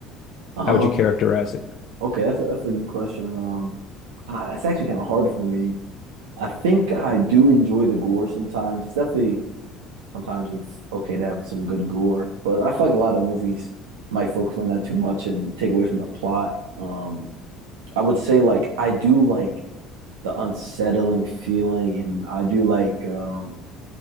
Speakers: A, on the right; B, on the left.
A: Um,
B: How would you characterize it?
A: Okay, that's a, that's a good question. Um, ah, it's actually kind of hard for me. I think I do enjoy the gore sometimes. It's definitely sometimes it's okay to have some good gore, but I feel like a lot of movies might focus on that too much and take away from the plot. Um, I would say like I do like the unsettling feeling, and I do like um